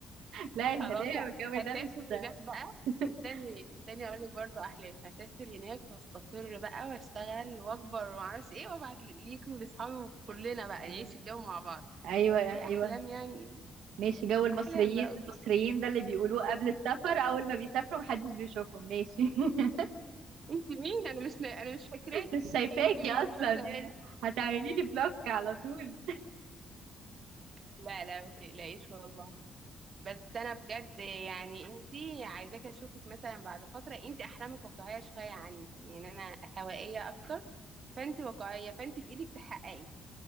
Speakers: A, on the right; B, on the right.
A: لا الهدايا
B: خلاص
A: والجو
B: هسافر
A: ده مش
B: هناك بقى
A: <laughs>
B: استني استني اقول لك برضه احلام هسافر هناك واستقر بقى واشتغل واكبر ومعرفش ايه وابعت ليكي ولاصحابي وكلنا بقى
A: أي-
B: نعيش الجو مع بعض
A: ايوه ايوه
B: دي احلام يعني
A: ماشي جو المصريين
B: احلام بقى
A: المصريين ده اللي بيقولوه قبل السفر اول ما بيسافروا محدش بيشوفهم ماشي <laughs>
B: انت مين انا مش انا مش فاكراكي
A: مش شايفاكي
B: انت مين
A: اصلا
B: مش واخده
A: يعني
B: بالي
A: هتعملي لي بلوك على طول
B: لا لا ما تقلقيش والله بس انا بجد يعني انت عايزاك اشوفك مثلا بعد فتره انت احلامك واقعيه شويه عني يعني انا هوائيه اكتر فانت واقعيه فانت في ايدك تحققي